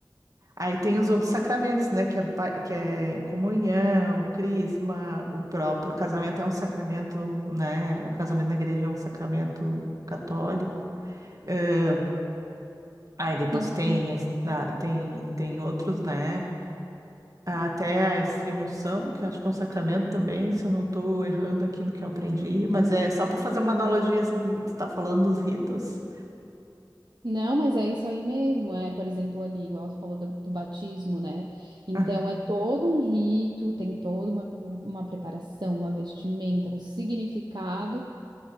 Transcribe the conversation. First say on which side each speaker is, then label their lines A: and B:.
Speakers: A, on the right; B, on the right.
A: Aí tem os outros sacramentos, né, que é, ba- que é comunhão, crisma, o próprio casamento é um sacramento, né? O casamento na igreja é um sacramento católico. Eh, Aí depois
B: Sim.
A: tem, a es- da- tem, tem outros, né? Até a extrema-unção, que acho que é um sacramento também, se eu não estou errando aqui no que eu aprendi, mas é só para fazer uma analogia assim, quando tu está falando dos ritos.
B: Não, mas é isso aí mesmo. É, por exemplo, ali, igual você falou do, do batismo, né? Então
A: Aham,
B: é todo um rito, tem toda uma, pre- uma preparação, uma vestimenta, um significado